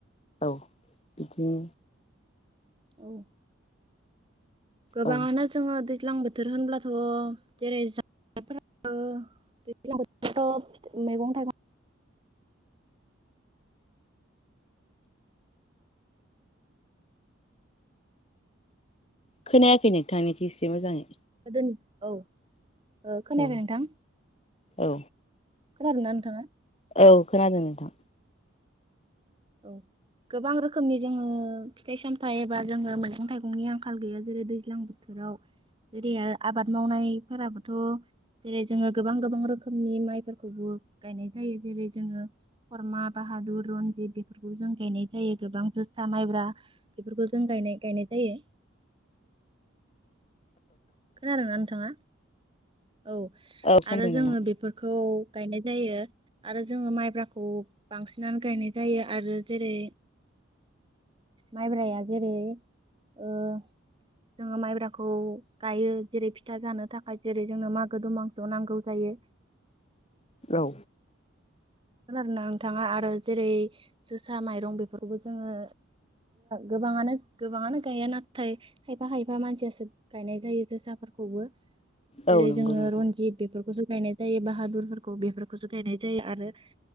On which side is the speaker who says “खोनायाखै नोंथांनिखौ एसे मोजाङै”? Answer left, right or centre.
Left